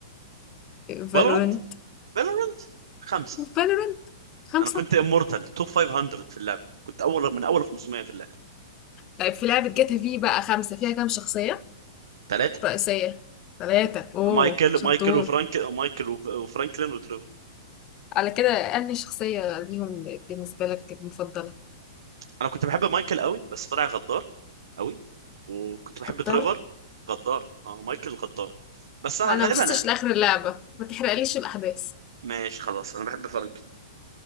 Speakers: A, on the left; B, on the right.
A: فالورنت
B: فالورانت فالورانت خمسة
A: فالورنت خمسة
B: انا كنت امورتال توب 500 في اللعبة كنت اول من اول 500 في اللعبة
A: طيب في لعبة جاتا في بقى خمسة فيها كام شخصية
B: ثلاثة
A: رئيسية ثلاثة اوه
B: مايكل
A: شطور
B: مايكل وفرانك مايكل وف- وفرانكلين وتريفر
A: على كده أنهي شخصية ليهم بالنسبة لك المفضلة
B: انا كنت بحب مايكل قوي بس طلع غدار قوي وكنت بحب
A: اختار
B: تريفر غدار اه مايكل غدار بس انا
A: أنا
B: غالبا
A: ما وصلتش
B: انا
A: لآخر اللعبة ما تحرقليش الأحداث
B: ماشي خلاص انا بحب فرانكلين